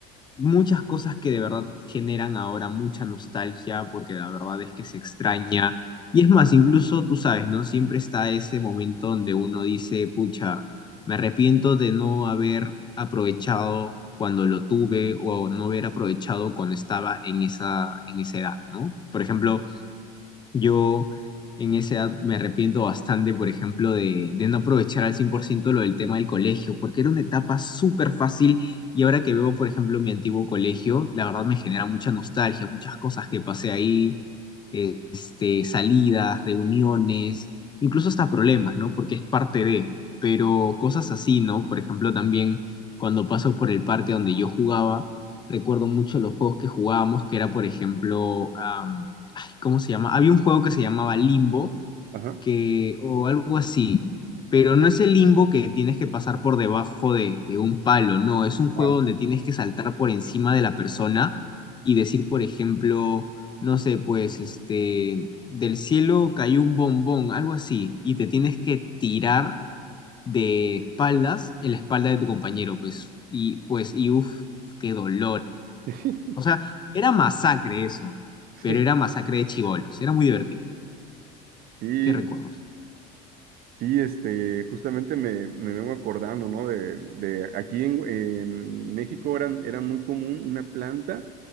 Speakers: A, on the left; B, on the right.
A: muchas cosas que de verdad generan ahora mucha nostalgia, porque la verdad es que se extraña y es más, incluso tú sabes, ¿no? Siempre está ese momento donde uno dice, pucha, me arrepiento de no haber aprovechado cuando lo tuve o no haber aprovechado cuando estaba en esa, en esa edad, ¿no? Por ejemplo, yo en esa edad me arrepiento bastante, por ejemplo, de, de no aprovechar al 100% lo del tema del colegio, porque era una etapa súper fácil y ahora que veo, por ejemplo, mi antiguo colegio, la verdad me genera mucha nostalgia, muchas cosas que pasé ahí, eh, este, salidas, reuniones, incluso hasta problemas, ¿no? Porque es parte de, pero cosas así, ¿no? Por ejemplo, también cuando paso por el parque donde yo jugaba, recuerdo mucho los juegos que jugábamos, que era, por ejemplo, ay, ¿cómo se llama? Había un juego que se llamaba Limbo,
B: Ajá.
A: que, o algo así, pero no es el limbo que tienes que pasar por debajo de, de un palo, no, es un juego
B: Ah,
A: donde tienes que saltar por encima de la persona y decir, por ejemplo, no sé, pues, este, del cielo cayó un bombón, algo así, y te tienes que tirar de espaldas en la espalda de tu compañero, pues, y pues, y uff, qué dolor.
B: <laughs>
A: O sea, era masacre eso, pero
B: Sí,
A: era masacre de chibolos, era muy divertido.
B: sí,
A: ¿Qué recuerdos?
B: Sí, este, justamente me, me vengo acordando, ¿no? De, de aquí en, en México eran, era muy común una planta